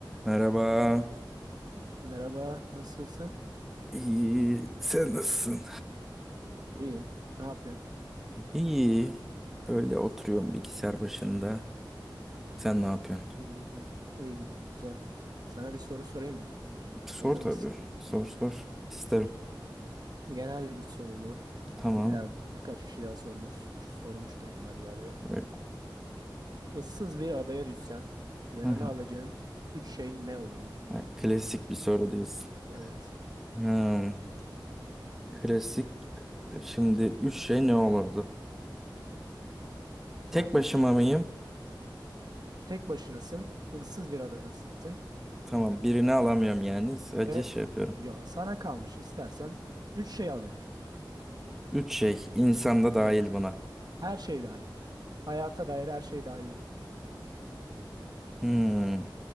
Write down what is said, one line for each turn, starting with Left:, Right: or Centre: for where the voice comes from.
Centre: Merhaba.
Right: Merhaba, nasılsın?
Centre: İyi. Sen nasılsın?
Right: İyiyim. Ne yapıyorsun?
Centre: İyi. böyle oturuyorum bilgisayar başında. Sen ne yapıyorsun?
Right: İyi güzel. İyi güzel. Sana bir soru sorayım mı?
Centre: Sor
Right: Hazır
Centre: tabii.
Right: mısın?
Centre: Sor sor. İsterim.
Right: Genel bir soru bu.
Centre: Tamam.
Right: İlla birkaç kişi daha sormuş, sormuştur illa bir yerde.
Centre: Re-
Right: Issız bir adaya düşsen, yanına
Centre: Hı hı.
Right: alacağın üç şey ne olurdu?
Centre: Ha, Klasik bir soru diyorsun.
Right: Evet,
Centre: Hmm. Klasik. Şimdi üç şey ne olurdu? Tek
Right: aynen
Centre: başıma
Right: öyle.
Centre: mıyım?
Right: Tek başınasın, ıssız bir adadasın
Centre: Tamam. Birini alamıyorum yani. Sadece
Right: ve
Centre: şey yapıyorum.
Right: ya sana kalmış istersen üç şey alacaksın.
Centre: Üç şey. İnsan da dahil
Right: Evet,
Centre: buna.
Right: her şey dahil. Hayata dair her şey dahil buna.
Centre: Hmm.